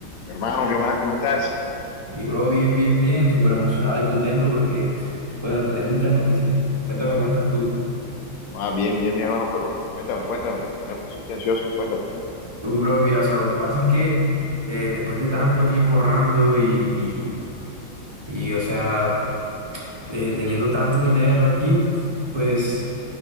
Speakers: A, on the left; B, on the right.
A: Hermano, ¿qué más? ¿Cómo estás?
B: Y bro, bien, bien, bien, súper emocionado y contento porque, bueno, te tengo muchas noticias. Cuéntame cómo estás tú.
A: Ah, bien, bien, mi hermano, pero cuéntame, cuéntame. Ya me pusiste ansioso, cuéntame.
B: Uy, bro, mira, o sea, lo que pasa es que eh, después de tanto tiempo ahorrando y, y, y, o sea, eh, teniendo tanto dinero aquí, pues